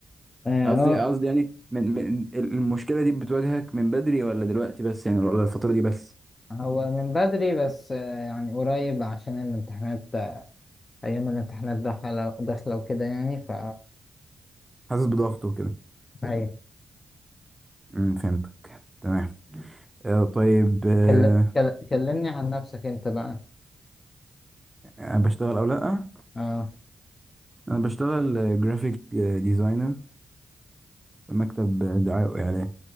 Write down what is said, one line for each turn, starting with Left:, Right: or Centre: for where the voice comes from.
Left: اه
Right: قصدي قصدي يعني من, من المشكلة دي بتواجهك من بدري ولا دلوقتي بس يعني ولا الفترة دي بس
Left: هو من بدري بس آه، يعني قريب عشان الامتحانات آه، أيام الامتحانات داخلة داخلة وكده يعني ف
Right: حاسس بضغط وكده
Left: هي
Right: امم فهمتك تمام آه طيب آه
Left: كل... كل... كلمني عن نفسك أنت بقى
Right: انا بشتغل او لا
Left: اه
Right: انا بشتغل جرافيك ديزاينر في مكتب آه، دعاية واعلان